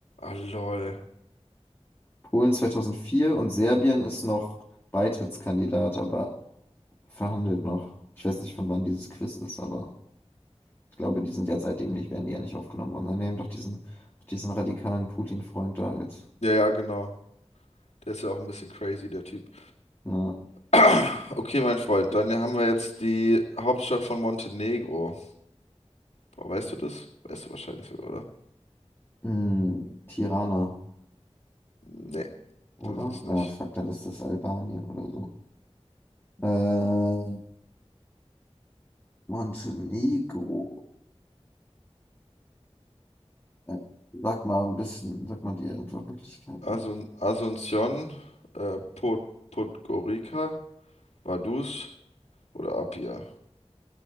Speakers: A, on the left (about 80°); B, on the left (about 20°).
A: Ah, lol.
B: Polen 2004 und Serbien ist noch Beitrittskandidat, aber verhandelt noch. Ich weiß nicht, von wann dieses Quiz ist, aber ich glaube, die sind ja seitdem nicht, werden die ja nicht aufgenommen worden. Dann nehmen doch diesen, diesen radikalen Putin-Freund da als
A: Ja, ja, genau. Der ist ja auch ein bisschen crazy, der Typ.
B: ne,
A: <clears throat> Okay, mein Freund, dann haben wir jetzt die Hauptstadt von Montenegro. Boah, weißt du das? Weißt du wahrscheinlich sogar, oder?
B: hm, Tirana,
A: Nee,
B: oder?
A: das ist nicht.
B: Na, fuck, dann ist das Albanien oder so. Äh, Montenegro. Äh, Sag mal ein bisschen, sag mal die Antwortmöglichkeiten.
A: Asun Asunción, äh, Pod Podgorica, Vaduz oder Apia.